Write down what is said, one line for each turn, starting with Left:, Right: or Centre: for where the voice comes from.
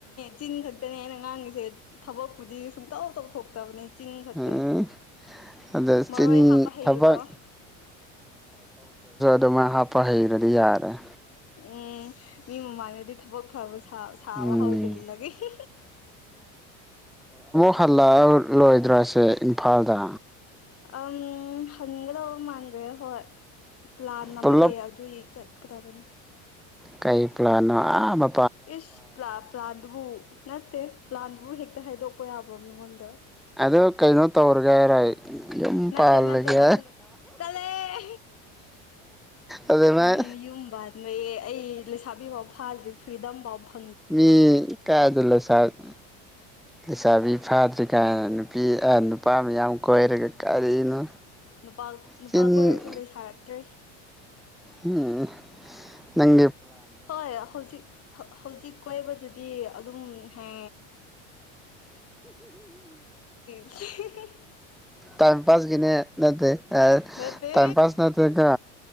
Left: ꯆꯤꯟ ꯈꯛꯇꯅꯦ ꯑꯩ ꯅ ꯉꯥꯡꯉꯤꯁꯦ ꯊꯕꯛꯄꯨꯗꯤ ꯁꯨꯡꯇꯧ ꯇꯧꯊꯣꯛꯇꯕꯅꯤ ꯆꯤꯟ ꯈꯛꯇꯅꯤ
Centre: ꯎꯝ ꯑꯗ
Left: ꯃꯔꯣꯏ
Centre: ꯆꯤꯟ
Left: ꯍꯥꯞꯄ ꯍꯩꯕꯗꯣ
Centre: ꯊꯕꯛ ꯗ ꯃ ꯍꯥꯄ ꯍꯩꯔꯗꯤ ꯌꯥꯔꯦ
Left: ꯎꯝ ꯃꯤ ꯃꯃꯥꯡꯗꯗꯤ ꯊꯕꯛ ꯐꯕ ꯁꯥ ꯁꯕ
Centre: ꯎꯝ
Left: ꯍꯧꯖꯤꯜꯂꯒꯦ
Centre: ꯍꯜꯂꯛ ꯂꯔꯣꯏꯗ꯭ꯔꯁꯦ ꯏꯝꯐꯥꯜꯗ
Left: ꯑꯪ ꯍꯟꯒ ꯗꯧꯕ ꯃꯥꯟꯗ꯭ꯔꯦ ꯑꯈꯣꯏ ꯄ꯭ꯂꯥꯟ ꯑꯃ
Centre: ꯄꯨꯂꯞ
Left: ꯂꯩ ꯑꯗꯨꯏ ꯆꯠꯀꯗꯕꯅꯤ
Centre: ꯀꯥꯏ ꯄ꯭ꯂꯥꯟꯅꯣ ꯑ ꯃ
Left: ꯏꯁ ꯄꯂꯥꯄ꯭ꯔꯥꯟꯗꯕꯨ ꯅꯠꯇꯦ ꯄꯂꯥꯟꯗꯨꯕꯨ ꯍꯦꯛꯇ ꯍꯥꯏꯗꯣꯛꯄ ꯌꯥꯕ꯭ꯔꯣ ꯃꯤꯉꯣꯟꯗ
Centre: ꯑꯗ ꯀꯩꯅꯣ ꯇꯧꯔꯒꯦ ꯍꯥꯏꯔ ꯌꯨꯝ
Left: ꯅꯠꯇꯦ
Centre: ꯄꯥꯜꯂꯒꯦ
Left: ꯅꯠꯇꯦ ꯅꯠꯇꯦ ꯇꯜꯂꯦꯑꯦ
Centre: ꯑꯗꯨꯃꯥꯏ
Left: ꯎꯝ ꯌꯨꯝ ꯕꯥꯟꯌꯦ ꯑꯩ ꯂꯩꯁ ꯊꯕꯤ ꯋꯥ ꯐ ꯐ꯭ꯔꯤꯗꯝ ꯕꯥꯎꯕ
Centre: ꯃꯤ ꯀꯗꯂꯁ ꯁꯥ ꯑ ꯂꯩꯁꯕꯤ ꯐꯥꯗꯔꯤ ꯀꯥꯏꯅ ꯅꯨꯄꯤ ꯅꯨꯄꯥ ꯃꯌꯥꯝ ꯀꯣꯏꯔꯒ ꯀꯔꯤꯅꯣ
Left: ꯅꯨꯄꯥ ꯅꯨꯄꯥ
Centre: ꯆꯤꯟ
Left: ꯀꯣꯏꯔꯁꯨ ꯂꯩꯁꯥꯔꯛꯇ꯭ꯔꯦ
Centre: ꯎꯝ ꯅꯪ
Left: ꯍꯣꯏ ꯍꯧꯖꯤꯛ ꯍꯧꯖꯤꯛ ꯀꯣꯏꯕꯗꯨꯗꯤ ꯑꯗꯨꯝ ꯍꯦ <unintelligible>
Centre: ꯇꯥꯏꯝ ꯄꯥꯁ ꯀꯅꯦ ꯅꯠꯇꯦ ꯑ
Left: ꯅꯠꯇꯦ
Centre: ꯇꯥꯏꯝ ꯄꯥꯁ ꯅꯠꯇꯦ ꯀꯣ